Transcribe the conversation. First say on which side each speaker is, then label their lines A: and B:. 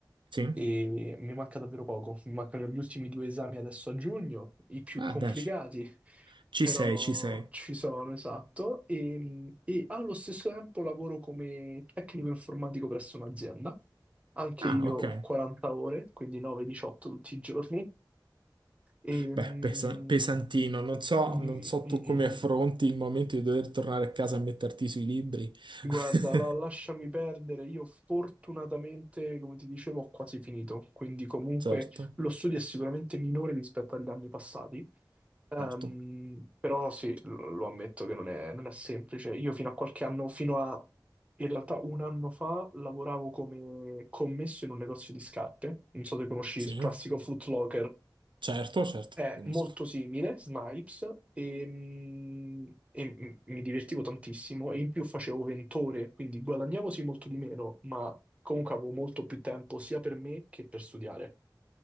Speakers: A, on the right; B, on the right.
A: Sì?
B: e mi manca davvero poco. Mi mancano gli ultimi due esami adesso a giugno, i più
A: Ah,
B: complicati,
A: dai, ci
B: <laughs>
A: ci
B: però
A: sei, ci sei.
B: ci sono, esatto. E, e allo stesso tempo lavoro come tecnico informatico presso un'azienda, anche
A: Ah,
B: io
A: ok.
B: 40 ore, quindi 9-18 tutti i giorni. E,
A: Beh,
B: mm,
A: pesa- pesantino. Non so,
B: mm,
A: non so
B: mm,
A: tu come
B: mm.
A: affronti il momento di dover tornare a casa a metterti sui libri. <laughs>
B: Guarda, la- lasciami perdere, io fortunatamente, come ti dicevo, ho quasi finito, quindi comunque
A: Certo,
B: lo studio è sicuramente minore rispetto agli anni passati, Ehm,
A: certo.
B: però sì, lo, lo ammetto che non è, non è semplice. Io fino a qualche anno, fino a in realtà un anno fa, lavoravo come commesso in un negozio di scarpe, non so se conosci
A: Sì,
B: il classico Foot Locker.
A: certo, certo,
B: È
A: conosco.
B: molto simile, Snipes, e, mm, e m- mi divertivo tantissimo e in più facevo 20 ore, quindi guadagnavo sì molto di meno, ma comunque avevo molto più tempo sia per me che per studiare.